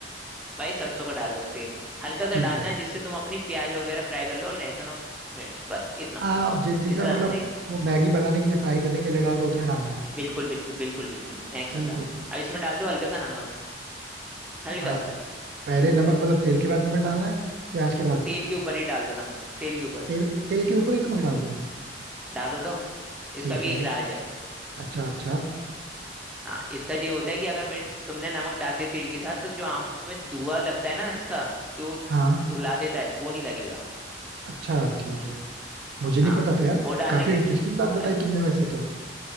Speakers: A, in the centre; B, on the right.
A: भाई सरसों का डाल लो तेल हल्का सा
B: ठीक
A: डालना
B: है
A: है जिससे तुम अपनी प्याज वगैरह फ्राई कर लो और लहसुन और मिर्च बस इतना
B: हाँ जि, जितना
A: इससे ज्यादा
B: मतलब
A: नहीं
B: वो मैगी बनाने के लिए फ्राई करने के लिए डालता है उतना डालना है
A: बिल्कुल बिल्कुल बिल्कुल बिल्कुल नेक्स्ट
B: ठीक
A: सा
B: है ठीक
A: अब
B: है।
A: इसमें डाल दो हल्का सा नमक हल्का
B: हाँ,
A: सा
B: पहले नमक मतलब तेल के बाद नमक डालना है कि प्याज के बाद
A: तेल के ऊपर ही डाल दो नमक तेल के ऊपर
B: तेल तेल के ऊपर ही नमक डाल दो
A: डालो तो
B: ठीक
A: इसका भी
B: है
A: एक राज है
B: अच्छा अच्छा
A: हाँ इसका ये होता है कि अगर मिर्च तुमने नमक डाल दिया तेल के साथ तो जो आंख में धुआं लगता है ना इसका जो
B: हाँ
A: रुला देता है वो नहीं लगेगा
B: अच्छा ठीक है मुझे नहीं
A: हाँ
B: पता था यार
A: वो डालने
B: काफी
A: के
B: इंटरेस्टिंग बात
A: अ-
B: बताई तुमने वैसे तो